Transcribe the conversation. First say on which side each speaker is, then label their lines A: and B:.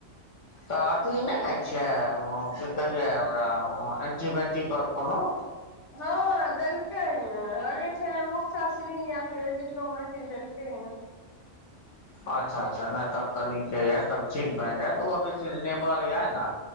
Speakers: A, on the left; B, on the left.
A: तऽ अथी नै खाय छियै उ की कहै या ओकरा उ एन्टीबायटिक और कुनू
B: हां देलकैया लागै छै मुकासीरीन या फिर <unintelligible> देलकैया।
A: अच्छा-अच्छा नै तब तऽ नीके या तब ठीक भाए जाएत उ अभी सीजनेबल या नै